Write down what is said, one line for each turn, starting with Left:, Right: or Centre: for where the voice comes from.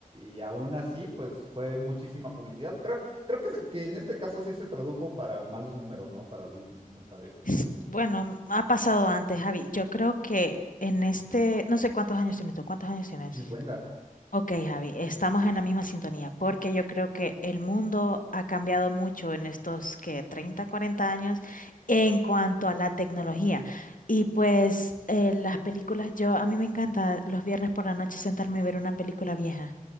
Right: y aún así, pues fue muchísima publicidad. Creo, creo que, se- que en este caso sí se tradujo para malos números, ¿no? Para Disney, me parece.
Left: <laughs> Bueno, ha pasado antes, Javi. Yo creo que en este, no sé cuántos años tienes tú, ¿cuántos años tienes?
Right: 50,
Left: Ok, Javi, estamos en la misma sintonía, porque yo creo que el mundo ha cambiado mucho en estos que 30, 40 años en cuanto a la tecnología. Y pues eh, las películas, yo a mí me encanta los viernes por la noche sentarme y ver una película vieja,